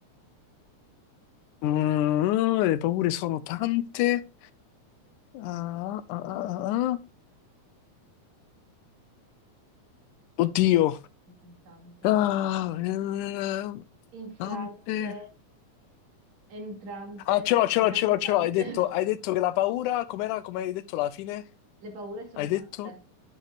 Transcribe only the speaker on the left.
Mm, le paure sono tante. Ah, ah, ah, ah, ah. Oddio.
Ah, eh,
tante.
Ah, ce l'ho, ce
l'ho, ce l'ho, ce l'ho. Hai detto, hai detto che la paura... Com'era? Come hai detto alla fine?
Hai
detto